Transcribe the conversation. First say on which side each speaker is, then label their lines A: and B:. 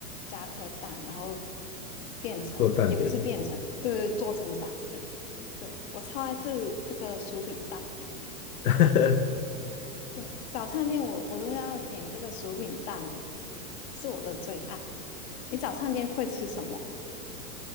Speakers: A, on the left; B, on the left.
A: 加颗蛋，然后变成，
B: 做蛋饼。
A: 也不是变成，对，做成蛋饼。对，我超爱吃这个薯饼蛋饼，
B: <laughs>
A: 对，早餐店我我都要点这个薯饼蛋饼吃，是我的最爱。你早餐店会吃什么？